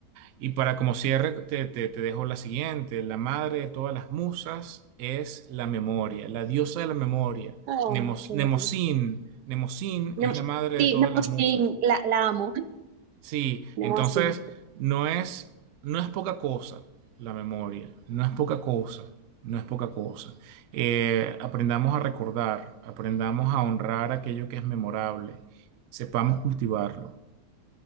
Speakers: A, on the right; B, on the right.
A: Y para como cierre, te, te- te dejo la siguiente. La madre de todas las musas es la memoria, la diosa de la memoria.
B: Oh,
A: Nemos,
B: qué bueno.
A: Nemosín, Nemosín
B: Nemo-
A: es la madre
B: Sí,
A: de todas
B: Nemosín,
A: las musas.
B: la, la amo.
A: Sí,
B: Nemosín.
A: entonces no es, no es poca cosa la memoria, no es poca cosa, no es poca cosa. Eh, aprendamos a recordar, aprendamos a honrar aquello que es memorable, sepamos cultivarlo.